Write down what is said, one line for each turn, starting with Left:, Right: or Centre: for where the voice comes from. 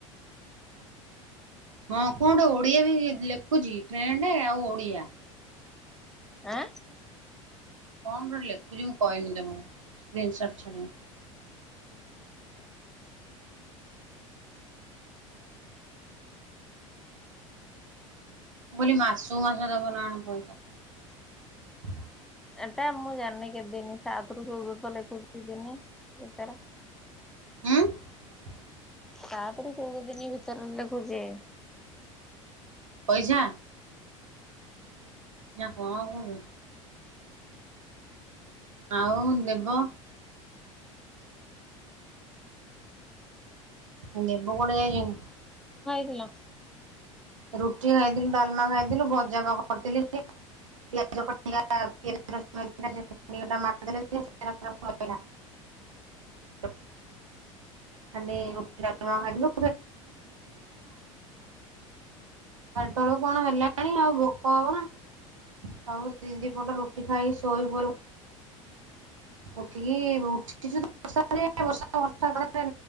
Right: ହଁ କଟେ ଓଡିଆ ବି ଲେଖୁଛି ଫ୍ରେଣ୍ଡ ଆଉ ଓଡିଆ।
Centre: ଆଁ
Right: କଣ ଗୋଟେ ଲେଖୁଛି ମୁଁ କହମି ତମ ସ୍କ୍ରସଟ ଛାଡ଼ିବି। ମୁଁ ବୋଲି ମାସୁ ମାସ ଦେବ ନାଣ ପଇସା
Centre: ଏଟା ମୁଁ ଜାେ କେଦିନି ସାତରୁ ଚଉଦ ତ କୁର୍ସି ଦିନି ଏ ତର
Right: <unintelligible>
Centre: ତା ତରେ କେଉଦ ଦିନ ଭିତର ଲ ଖଛିେ
Right: ପଇସା ନା କଣ କନୁ <inaudible> ଆଉ ଦେବ <inaudible> ଦେବଗଡ ଯାଇଛନ୍ତି।
Centre: ଥିଲା
Right: ରୁଟି ଖାଇଥିଲୁ ଡାଲମା ଖାଇଥିଲୁ ଭଜାବ କରିଥିଲି ପିଆଜିାରଲେ <unintelligible> ଖାଲି ଖୁ ଖାଇଲୁ ତଳୁ କଣ ହେଲାଣି ଆଉ ଭୋକ ହବ ନା ସବୁ ଦି ଦି ପଟ ରୁଟି ଖାଇକି ଶୋଇ ପା ଉଠିକି ଉଛୁଷଷା ବଷା <unintelligible> ଲାଗିଛି